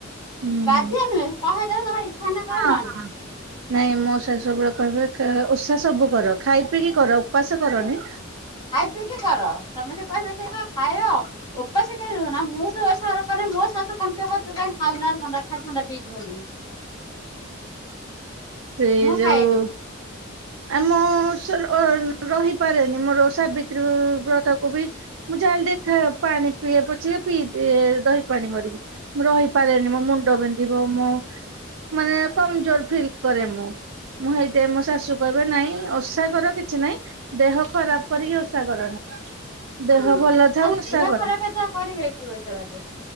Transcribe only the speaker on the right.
ହୁଁ
ହୁଁ
ହଁ
ନାଇଁ ମୋ ଶାଶୁ ସବୁବେଳେ କହିବେ ଓଷା ସବୁ କର ଖାଇ ପିଇକି କର ଉପାସେ କରନି।
ସେ
ଯୋଉ
ଆମ ସେ <unintelligible> ରହିପାରେନି ମୋର ଓଷା ସାବିତ୍ରୀ ବ୍ରଥାକୁ ବି ମୁଁ ଯାହେଲେ ଟିକେ ଖା ପାଣି ପିଏ ପଛିକା ପିଇଦିଏ ଦହି ପାଣି କରିକି। ମୁଁ ରହିପାରେନି ମୋ ମୁଣ୍ଡ ବିନ୍ଧିବ, ମୋ ମାନେ କମଜୋର ଫିଲ୍ କରେ ମୁଁ। ମୁଁ ହେଇଥିପାଇଁ ମୋ ଶାଶୁ କହିବେ ନାଇଁ ଓସା କର କିଛି ନାଇଁ ଦେହ ଖରାପ କରିକି ଓଷା କରନି।
ଦେହ ଭଲ ଥାଉ
ଓଷା
କର।